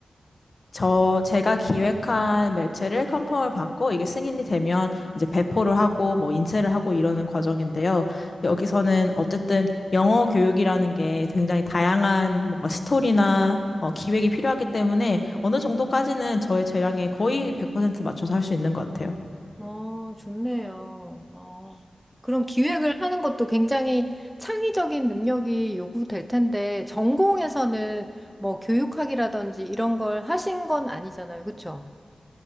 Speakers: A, on the left; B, in the centre.
A: 저, 제가 기획한 매체를 컨펌을 받고 이게 승인이 되면 이제 배포를 하고 뭐 인쇄를 하고 이러는 과정인데요. 여기서는 어쨌든 영어 교육이라는 게 굉장히 다양한 뭔가 스토리나 어, 기획이 필요하기 때문에 어느 정도까지는 저의 재량에 거의 100% 맞춰서 할 수 있는 것 같아요.
B: 어, 좋네요. 어, 그럼 기획을 하는 것도 굉장히 창의적인 능력이 요구될 텐데, 전공에서는 뭐 교육학이라든지 이런 걸 하신 건 아니잖아요. 그쵸?